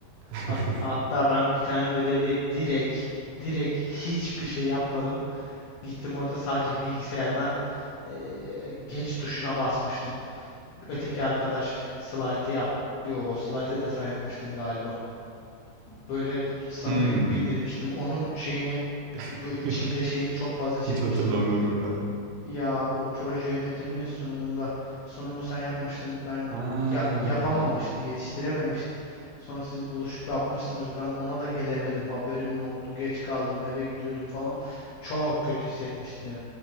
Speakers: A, on the right (about 85°); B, on the left (about 90°).
A: <laughs>
B: Hat- hatta ben bir tane ödevde direkt, direkt hiçbir şey yapmadım. Gittim orada sadece bilgisayardan eee, geç tuşuna basmıştım. Öteki arkadaş slaytı yap. Yo, slaytı da sen yapmıştın galiba. Böyle sana
A: Hmm.
B: yük bindirmiştim. Onun şeyini
A: <laughs>
B: içimde şeyini çok fazla çekmiştim.
A: Hiç hatırlamıyorum ben.
B: Ya o proje yönetiminin sunumunda sunumu sen yapmıştın. Ben
A: Ha
B: ya- yapamamıştım,
A: tamam.
B: yetiştirememiştim. Sonra siz buluşup yapmışsınız. Ben ona da gelemedim. Haberim yoktu. Geç kaldım. Eve gidiyordum falan. Çok kötü hissetmiştim yani.